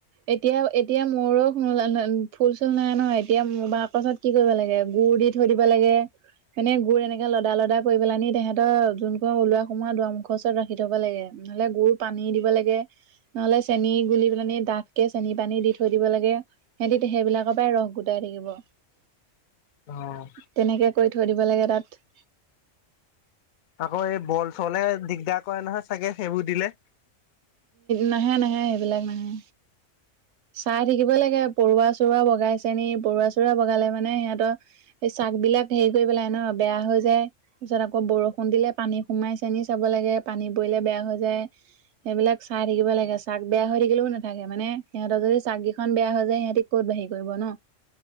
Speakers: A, on the right (about 70°); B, on the left (about 60°).
A: এতিয়া, এতিয়া মৌৰো ফুল চুল নাই ন। এতিয়া বাকচত কি কৰিব লাগে, গুৰ দি থৈ দিব লাগে। এনেই গুৰ এনেকে লদা লদা কৰি পেলাই নি, সিহঁতৰ যোন কন ওলোৱা সোমোৱা দোৱাৰমুখৰ ওচৰত ৰাখি থ'ব লাগে। নহ'লে গুৰ পানী দিব লাগে, নহ'লে চেনি গুলি পেলানি ডাঠ কে চেনি পানী দি থৈ দিব লাগে। সিহঁতি সেইবিলাকৰ পৰাই ৰস গোটাই থাকিব।
B: অ',
A: তেনেকে কৰি থৈ দিব লাগে তাত
B: আকৌ এই বৰল চৰলে দিগদাৰ কৰে নহয় চাগে, সেইবোৰ দিলে।
A: নাহে নাহে, সেইবিলাক নাহে চাই থাকিবই লাগে, পৰুৱা চৰুৱা বগাইছে নি। পৰুৱা চৰুৱা বগালে মানে সিহঁতৰ এই চাক বিলাক হেৰি কৰি পেলাই ন, বেয়া হৈ যায়। তাৰপিছত আকৌ বৰষুণ দিলে পানী সোমাইছে নিকি চাব লাগে, পানী পৰিলে বেয়া হৈ যায়। সেইবিলাক চাই থাকিব লাগে। চাক বেয়া হৈ থাকিলেও নাথাকে মানে, সিহঁতৰ যদি চাককেইখন বেয়া হৈ যায়, সিহঁতি ক'ত বাঢাহি কৰিব ন',